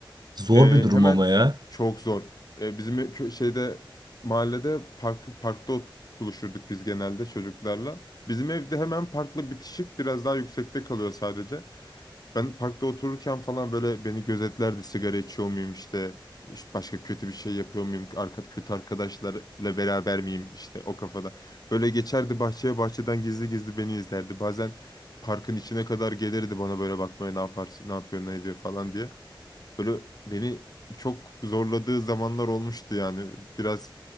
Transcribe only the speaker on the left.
E,
hemen
çok zor. E, bizim kö- şeyde mahallede park parkta ot- buluşurduk biz genelde çocuklarla. Bizim evde hemen parkla bitişik biraz daha yüksekte kalıyor sadece. Ben parkta otururken falan böyle beni gözetlerdi sigara içiyor muyum işte, işte başka kötü bir şey yapıyor muyum arka, kötü arkadaşlarla beraber miyim işte o kafada. Böyle geçerdi bahçeye bahçeden gizli gizli beni izlerdi. Bazen parkın içine kadar gelirdi bana böyle bakmaya ne yaparsın ne yapıyor ne ediyor falan diye. Böyle beni çok zorladığı zamanlar olmuştu yani. Biraz